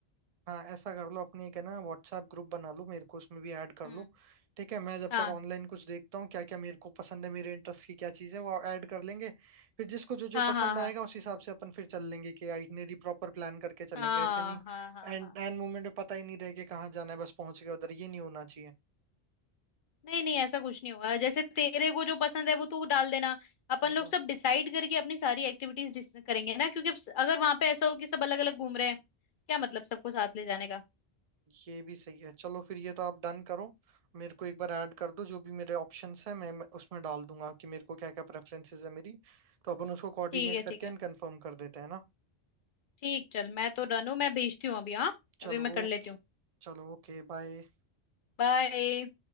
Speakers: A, on the right; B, on the left.
A: हाँ ऐसा कर लो अपने एक है ना व्हाट्सएप ग्रुप बना लो मेरे को उसमें भी ऐड कर
B: हम्म
A: लो ठीक है मैं जब
B: हाँ
A: तक ऑनलाइन कुछ देखता हूँ क्या क्या मेरे को पसंद है मेरे इंटरेस्ट की क्या चीज़ है वो ऐड कर लेंगे फिर जिसको जो
B: हाँ
A: जो पसंद
B: हाँ हाँ
A: आएगा उस हिसाब से अपन फिर चल लेंगे कि आइटनरी प्रॉपर प्लान करके चलेंगे
B: हाँ
A: ऐसे नहीं
B: हाँ हाँ
A: एंड
B: हाँ
A: एंड मोमेंट में पता ही नहीं रहे कि कहाँ जाना है बस पहुंच गए उधर ये नहीं होना चाहिए
B: नहीं नहीं ऐसा कुछ नहीं होगा जैसे तेरे को जो पसंद है वो तू डाल देना अपन
A: हाँ
B: लोग सब डिसाइड करके अपनी सारी एक्टिविटीज करेंगे ना क्योंकि अब स- अगर वहां पे ऐसा हो कि सब अलग अलग घूम रहे हैं क्या मतलब सबको साथ ले जाने का
A: ये भी सही है चलो फिर ये तो आप डन करो मेरे को एक बार ऐड कर दो जो भी मेरे ऑप्शंस हैं मैं मैं उसमें डाल दूंगा कि मेरे को क्या क्या प्रेफरेंसेस है मेरी तो अपन उसको कोऑर्डिनेट
B: ठीक है
A: करके
B: ठीक है
A: एंड कंफर्म कर देते हैं ना
B: ठीक चल मैं तो डन हूँ मैं भेजती हूँ अभी हाँ
A: चलो
B: अभी मैं कर
A: ओके
B: लेती हूँ
A: चलो ओके बाय
B: बाय